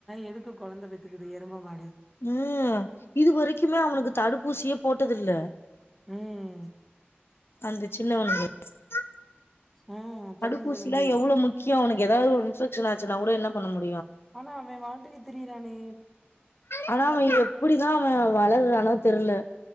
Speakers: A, in the centre; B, on the left.
A: எதுக்கு கொழந்த பெத்துக்குது எரும மாடு
B: உம் இதுவரைக்குமே அவனுக்கு தடுப்பூசியே போட்டது இல்ல
A: உஹம்
B: அந்த சின்ன <unintelligible> த்த
A: ம் பிறந்ததுலருந்தே
B: தடுப்பூசிலாம் எவ்ளோ முக் கியம் ஏதாது ஒரு இன்ஃபெக்ஷன் ஆச்சுன்னா கூட என்ன பண்ண மு
A: ஆனா அவன் வாட்டுக்கு திரிறானே
B: ஆனா அவன் எப்டி தான் அவன் வளர்றான்னே தெரில